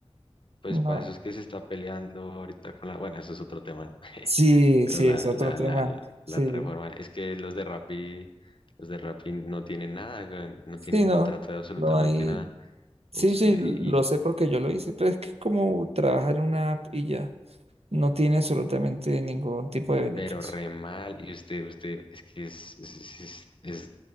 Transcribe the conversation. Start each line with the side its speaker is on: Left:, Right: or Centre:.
Left: Pues
Right: No.
Left: para eso es que se está peleando ahorita con la, bueno, eso es otro tema, ¿no? <laughs>
Right: Sí,
Left: Pero
Right: sí,
Left: la,
Right: es otro
Left: la,
Right: tema.
Left: la, la,
Right: Sí,
Left: la reforma, es que los de Rappi, los de Rappi no tienen nada, weón, no
Right: sí,
Left: tienen
Right: no,
Left: contrato de absolutamente
Right: no hay.
Left: nada.
Right: Sí,
Left: eso
Right: sí,
Left: y,
Right: lo sé
Left: y-
Right: porque yo lo hice, pero es que es como trabajar en una app y ya, no tiene absolutamente ningún tipo de beneficio.
Left: pero re mal, y usted, usted, es que es, es, es, es,